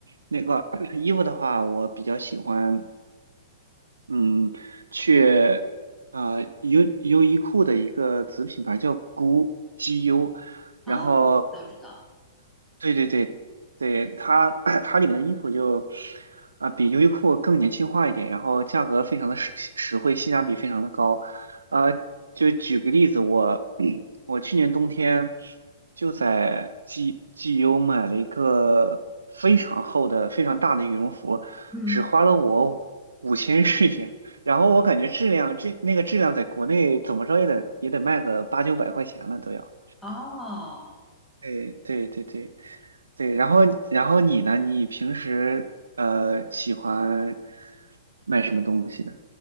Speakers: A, on the right (about 75°); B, in the centre.
A: 那个 <clears throat> 衣服的话，我比较喜欢嗯去呃优优衣库的一个子品牌叫 GU GU，
B: 好，
A: 然后。
B: 哦，知道知道，
A: 对对对对，它 <clears throat> 它里面的衣服就啊、比优衣库更年轻化一点，然后价格非常的实实惠，性价比非常的高。啊，就举个例子，我 <clears throat> 我去年冬天就在 G GU 买了一个非常厚的、非常大的羽绒服，
B: 嗯，
A: 只花了我五千日元。然后我感觉质量，这那个质量在国内怎么着也得也得卖个八九百块钱了都要。
B: 哦，
A: 对对对对对，然后然后你呢？你平时呃喜欢买什么东西呢？